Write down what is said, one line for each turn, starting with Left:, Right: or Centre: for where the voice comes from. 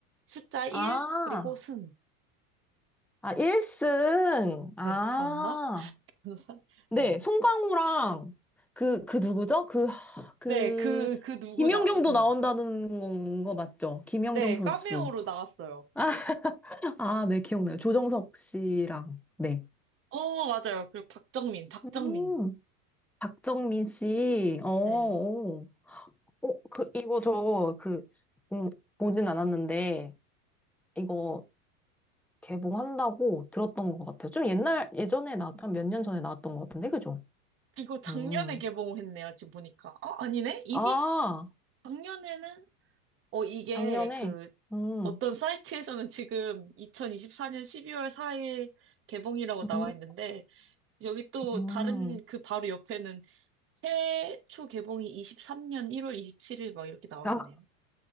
Right: 숫자 1,
Centre: 아,
Right: 그리고 승.
Centre: 아, 1승. 아,
Right: 네, 맞나? <laughs> 변호사?
Centre: 네.
Right: 네.
Centre: 송강호랑 그, 그 누구죠? 그, 하, 그,
Right: 네, 그, 그 누구
Centre: 김연경도
Right: 나, 네,
Centre: 나온다는 거 맞죠? 김연경
Right: 네,
Centre: 선수.
Right: 카메오로 나왔어요.
Centre: <laughs> 아, 네, 기억나요. 조정석 씨랑. 네.
Right: 어, 맞아요. 그리고 박정민, 박정민.
Centre: 음. 박정민 씨, 어, 어,
Right: 네.
Centre: 어, 그, 이거 저, 그, 음, 보진 않았는데, 이거 개봉한다고 들었던 것 같아요. 좀 옛날, 예전에 나왔던, 몇 년 전에 나왔던 것 같은데, 그죠?
Right: 이거 작년에
Centre: 음.
Right: 개봉했네요, 지금 보니까. 어, 아니네? 이미
Centre: 아,
Right: 작년에는, 어, 이게
Centre: 작년에,
Right: 그,
Centre: 음,
Right: 어떤 사이트에서는 지금 2024년 12월 4일 개봉이라고 나와
Centre: 음,
Right: 있는데, 여기 또
Centre: 음.
Right: 다른 그 바로 옆에는 최초 개봉이 23년 1월 27일 막 이렇게 나와
Centre: 아,
Right: 있네요.